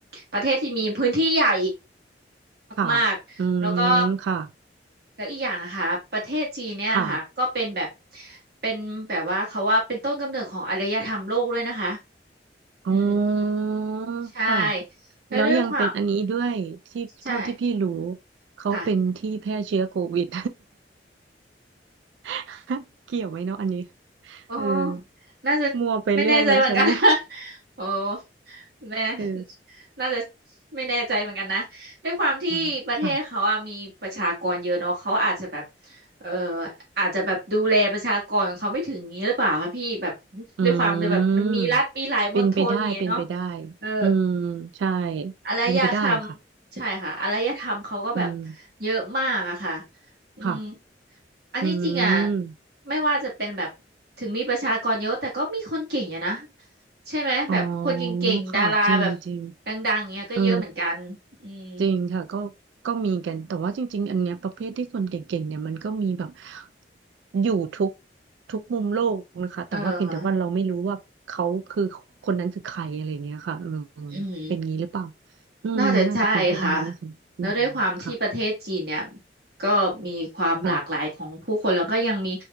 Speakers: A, on the right (about 60°); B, on the right (about 85°).
A: ประเทศที่มีพื้นที่ใหญ่
B: ค่ะ
A: มากๆแล้วก็
B: อืมค่ะ
A: แล้วอีกอย่างนะคะประเทศจีนเนี่ยค่ะก็เป็นแบบ
B: ค่ะ
A: เป็นแบบว่าเขาว่าเป็นต้นกำเนิดของอารยธรรมโลกด้วยนะคะ
B: อ๋อ
A: อืม ใช่
B: ค่ะ
A: แล้วด้วยความ
B: แล้วยังเป็นอันนี้ด้วยที่เท่าที่พี่รู้
A: ใช่
B: เขาเป็นที่แพร่เชื้อโควิด
A: ค่ะ
B: <laughs> เกี่ยวไหมเนาะอันนี้
A: โอ้
B: เออ
A: น่าจะ
B: มัวไปเรื่อยเนาะฉันเนี่ย
A: ไม่แน่ใจเหมือนกัน <laughs> โอ้แม่ <laughs>
B: เออ
A: น่าจะไม่แน่ใจเหมือนกันนะด้วยความที่ประเทศเขาอะมีประชากรเยอะเนาะเขาอาจจะแบบ
B: อืมค่ะ
A: เอออาจจะแบบดูแลประชากรของเขาไม่ถึงนี้หรือเปล่าคะพี่แบบ
B: อืม
A: ด้วยความเลยแบบมันมีรัฐมีหลายมณฑลอย่างเงี้ยเนาะ
B: เป็นไปได้เป็นไปได้
A: เออ
B: อืมใช่
A: อารยธรรม
B: เป็นไปได้ค่ะ
A: ใช่ค่ะอารยธรรมเขาก็แบบ
B: อืม
A: เยอะมากอะค่ะอืม
B: ค่ะ
A: อันนี้จริงอะ
B: อืม
A: ไม่ว่าจะเป็นแบบถึงมีประชากรเยอะแต่ก็มีคนเก่งอยู่นะใช่ไหมแบบคนเก่งๆดาราแบบ
B: อ๋อค่ะจริงจริง
A: ดังๆเนี้ยก็เยอะเหมือนกันอืม
B: เออ จริงค่ะก็ก็มีกันแต่ว่าจริงๆอันเนี้ยประเภทที่คนเก่งๆเนี่ยมันก็มีแบบอยู่ทุกทุกมุมโลกนะคะแต่ว่าเพียงแต่ว่าเราไม่รู้ว่าเขาคือคนนั้นคือใครอะไรเนี้ยค่ะอืม
A: เอออืม
B: เป็นงี้หรือเปล่าอืมน่าจะเป็นไปได้นะคะอืมค่ะ
A: น่าจะใช่ค่ะแล้วด้วยความที่ประเทศจีนเนี่ยก็มีความหลากหลายของผู้คนแล้วก็ยังมี
B: ค่ะ